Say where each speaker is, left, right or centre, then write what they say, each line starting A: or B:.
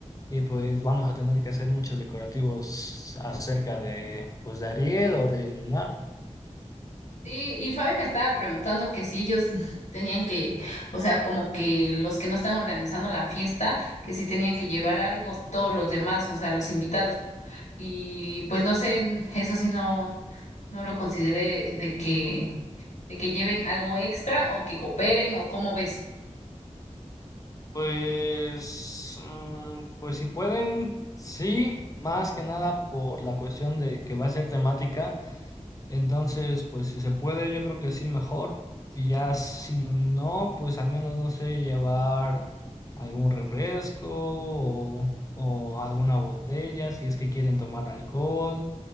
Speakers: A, on the left; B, on the left.
A: Y pues vamos a tener que hacer muchos decorativos acerca de, pues, de Ariel o del mar.
B: Sí, y Fabi me estaba preguntando que si ellos <laughs> tenían que, o sea, como que los que no están organizando la fiesta, que si tenían que llevar algo todos los demás, o sea, los invitados. Y pues no sé, eso sí no, no lo consideré de que, de que lleven algo extra o que cooperen o cómo ves.
A: Pues, mm, pues si pueden, sí, más que nada por la cuestión de que va a ser temática, entonces, pues si se puede, yo creo que sí, mejor. Y ya si no, pues al menos, no sé, llevar algún refresco o, o alguna botella, si es que quieren tomar alcohol